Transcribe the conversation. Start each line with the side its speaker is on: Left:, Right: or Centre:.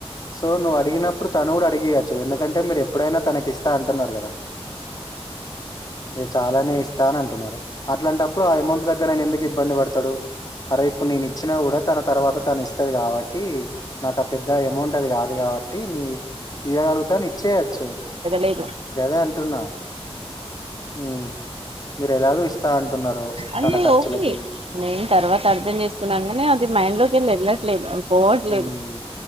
Left: సో నువ్ అడిగిన ఇప్పుడు తను కూడా అడిగయచ్చు ఎందుకంటే మీరు ఎప్పుడైనా తనకి ఇస్తా అంటున్నారు కదా ఇది చాలానే ఇస్తా అని అంటున్నారు అట్లాంటప్పుడు ఆ అమౌంట్ దగ్గ ఎందుకు ఇబ్బంది పడతాడు అరే ఇప్పుడు నేను ఇచ్చినా కూడా తన తర్వాత తను ఇస్తది కాబట్టి నాకు ఆ పెద్ద అమౌంట్ అది కాదు కాబట్టి నీ ఇయ్యగలుగుతా అని ఇచ్చేయచ్చు
Right: లేదు
Left: గదే అంటున్నా ఉమ్ ఎలాగో ఇస్తా అంటున్నారు
Right: అంటే
Left: తన ఖర్చులకి
Right: ఓకే నేను తర్వాత అర్ధం చేసుకున్నాగానే అది మైండ్ లోకి ఎళ్ ళ్లట్లేదు అది పోవట్లేదు
Left: ఉమ్